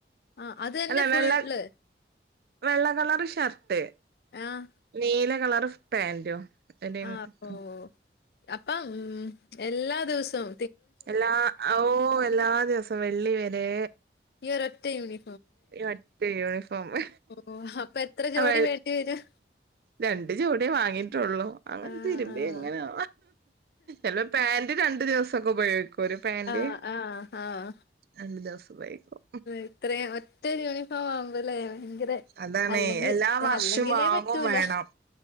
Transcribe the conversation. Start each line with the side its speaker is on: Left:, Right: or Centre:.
Left: ആഹ് അത് തന്നെ
Right: അല്ല
Left: ഫുള്ള്
Right: വെള്ള വെള്ള കളറ് ഷർട്ട്
Left: ആഹ്
Right: നീല കളർ പാൻ്റും എൻ്റിം
Left: ആഹ് ഓ
Right: ഉം
Left: അപ്പം ഉം എല്ലാ ദിവസോം
Right: എല്ലാ ഓ എല്ലാ ദിവസോം വെള്ളി വരെ
Left: ഈയൊരൊറ്റ യൂണി
Right: ഈ ഒറ്റ യൂണിഫോമ്
Left: ഓ അപ്പൊ എത്ര ജോഡി
Right: അവെൾ
Left: വേണ്ടി വരും
Right: രണ്ട് ജോടിയേ വാങ്ങിട്ടുള്ളു അങ്ങനെ
Left: ആഹ്
Right: തിരുമ്പി
Left: ആഹ്
Right: എങ്ങനോ എല്ലം പാന്റ് രണ്ടു ദിവസൊക്കെ ഉപയോഗിക്കും ഒരു പാന്റ്
Left: ആഹ് ആഹ് ആഹ്
Right: രണ്ട് ദിവസം ഉപയോഗിക്കും
Left: ഇത്രയും ഒറ്റരു യൂണിഫോം ആവുമ്പോല്ലേ ഭയങ്കര
Right: അതാണേ
Left: അല്ലെങ്കി
Right: എല്ലാ വർഷവും
Left: അല്ലെങ്കിലേ
Right: വാങ്ങും
Left: പറ്റൂല
Right: വേണം